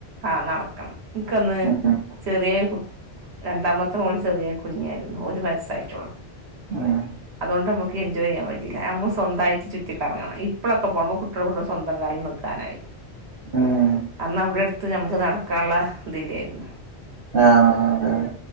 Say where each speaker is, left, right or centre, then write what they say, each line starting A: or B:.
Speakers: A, on the right; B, on the right.
A: ആ നടക്കണം. ഇിക്കന്ന്
B: ഉം
A: ചെറിയ കു രണ്ടാമത്തെ മോൾ ചെറിയ കുഞ്ഞിയായിരുന്നു. ഒരു വയസ്സായിട്ടോള്ളൂ.
B: ആഹ
A: അതണ്ട് നമുക്ക് എൻജോയ് ചെയ്യാൻ പറ്റില്ല നമ്മ സ്വന്തമായിട്ട് ചുറ്റിിക്കറങ്ങണം ഇപ്പോഴൊക്കെ പോക്പോൾ കുട്ടിക കൂട്ട സ്വന്തം കാലിൽ നിൽക്കാനായി
B: ഉം
A: അാ അവിടെ എടുത്ത് ത്ത് നമുക്ക് നടക്കാനുള്ള ഇതില്ലായിരുന്നു
B: ആഹ ആ അതെ അതെ